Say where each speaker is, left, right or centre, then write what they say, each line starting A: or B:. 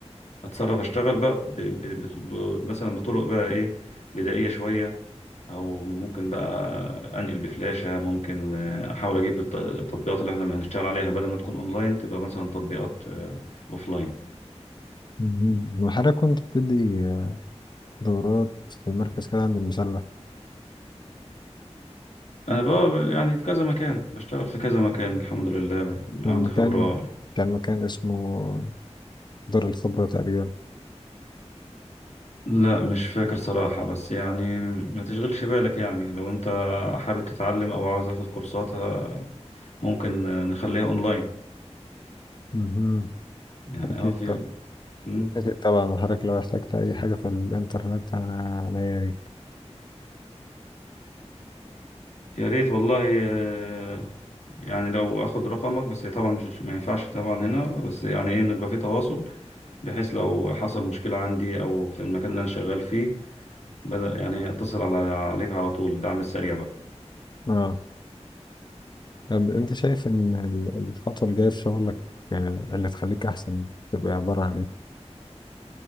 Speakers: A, on the left; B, on the left.
A: اتصرف اشتغل بقى ب... ب... بت- ب... مثلا بطرق بقى ايه بدائية شوية او ممكن بقى انقل بفلاشة ممكن آه، احاول اجيب الت- التطبيقات اللي احنا هنشتغل عليها بدل ما تكون اونلاين تبقى مثلا تطبيقات اوفلاين
B: مم. وحضرتك كنت بتدي دورات في مركز كده عند المسلة
A: انا بقى ب- يعني في كذا مكان بشتغل في كذا مكان الحمد لله ب- عندي
B: المكان
A: خبرة
B: كان مكان اسمه دار الخبرة تقريبا
A: لا مش فاكر صراحة بس يعني ما تشغلش بالك يعني لو انت حابب تتعلم او عاوز اخد كورسات آه، ممكن آه، نخليها اونلاين
B: مم.
A: يعني
B: أكيد
A: اه في
B: طبعا
A: مم.
B: أكيد طبعا وحضرتك لو احتجت أي حاجة في الإنترنت أنا عنيا ليك
A: يا ريت والله آه، يعني لو اخد رقمك بس طبعا مش ما ينفعش طبعا هنا بس يعني ايه نبقى في تواصل بحيث لو حصل مشكلة عندي او في المكان اللي انا شغال فيه بدأ يعني اتصل على عليك على طول الدعم السريع بقى
B: اه طب انت شايف ان ال- الخطوة الجاية في شغلك آه، اللي تخليك احسن تبقى عبارة عن ايه؟